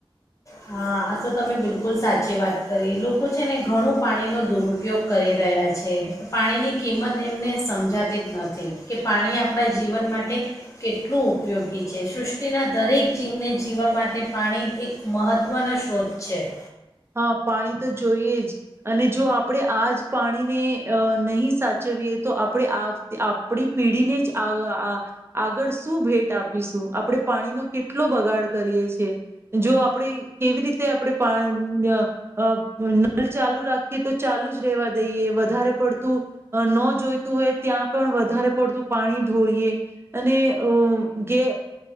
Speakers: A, on the left; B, on the right.
A: હા આ તો તમે બિલકુલ સાચી વાત કરી લોકો છે ને ઘણું પાણીનો દુરુપયોગ કરી રહ્યા છે. પાણીની કિંમત એમને સમજાતી જ નથી. કે પાણી આપણા જીવન માટ કેટલું ઉપયોગી છે. સૃષ્ટિના દરેક જીવને જીવવા માટે પાણી એક મહત્વનો છે.
B: હા પાણી તો જોઈએ જ અને જો આપણે આજ પાણીને અ નહી સાચવીએ તો આપણે આપ આપણી પીઢીને જ આ આ આગળ શું ભેટ આપીશું આપણે પાણીનો કેટલો બગાડ કરીએ છીએ, જો આપણે કેવી રીતે આપણે પા અ નલ ચાલુ રાખીએ તો ચાલુ જ રહેેવા દઈએ વધારે પડતું ન જોઈતું હોય ત્યાં પણ વધારે પડતું પાણી ઢોળીએ અનેે અ ગે